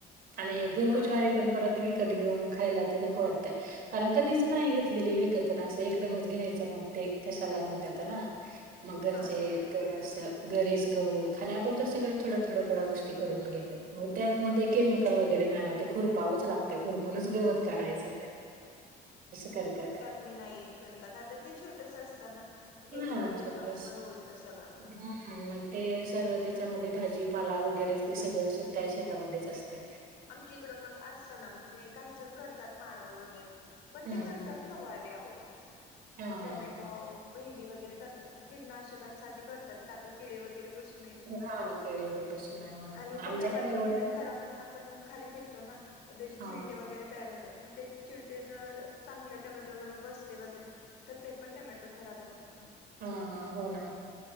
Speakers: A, on the right; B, on the left.
A: आणि गहू,
B: हा
A: ज्वारी पण परत वी विकत घेऊन खायला ते नको वाटतंय कारण कधीच नाही घेतलेले विकत ना असं एकदमच घ्यायचं मग ते कशाला म्हणतात ना मग घरचे
B: हा ना
A: थोडस घरीच गहू खाण्या पुरता सगळ्या थोड्या- थोड्या, थोड्या गोष्टी करून घेतेत मग त्यामध्ये केमिकल वगैरे खुरपावच लागत खुरपूनच गवत काढायच त्या करतात
B: त्यात म नाही येत करता आता ते छो असतना म केमिकल
A: हा
B: त्याच्यावणी
A: छोटस
B: पण उडत सगळं.
A: हम्म मग ते सगळं त्याच्यामध्ये भाजीपाला वगैरे ते सगळं त्या शेतामध्येच असतं.
B: आमच्या इकड मग असतं ना म्हणजे काही जण करतात माळवं वगैरे पण
A: हम्म
B: ते करतात
A: हम्म
B: सवऱ्यावर
A: हा
B: टोमॅटो,
A: हा.
B: भेंडी वगैरे करतात ना कीटनाशकांसाठी करतात का तर किडे वगैरे बस
A: हा किडे वगैरे बसू नये म्हणून.
B: आणि
A: हा,
B: ते
A: आमच्याकडे
B: टोमॅटो
A: एवढं
B: म्हणले
A: नाही.
B: खराब होऊन आपण खाली फेकतो ना त्याचे चिलटे
A: हा
B: वगैरे तयार होतात मग ते चिलटे जर चांगल्या टमॅटोवर बसले वगैरे तर ते पण टोमॅटो खराब होतात ना.
A: हा हो ना